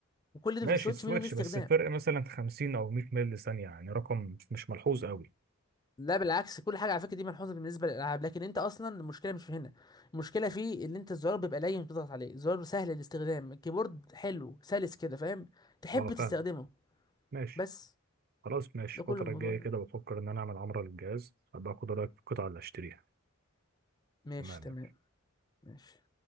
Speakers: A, on the left; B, on the right.
A: وكل ده
B: ماشي
A: في سويتش
B: السويتش
A: منهم ليه استخدام
B: بس الفرق مثلا 50 أو 100 مللي ثانية يعني رقم مش ملحوظ قوي
A: لا بالعكس كل حاجه على فكره دي ملحوظه بالنسبه للالعاب لكن انت اصلا المشكله مش في هنا المشكله في ان انت الزرار بيبقى لين بتضغط عليه الزرار سهل الاستخدام الكيبورد حلو سلس كده فاهم تحب
B: أه
A: تستخدمه
B: فاهم ماشي
A: بس
B: خلاص ماشي
A: ده
B: الفترة
A: كل الموضوع
B: الجاية
A: يعني.
B: كده بفكر إن أنا أعمل عمرة للجهاز أبقى أخد رأيك في القطعة اللي أشتريها
A: ماشي
B: تمام
A: تمام ماشي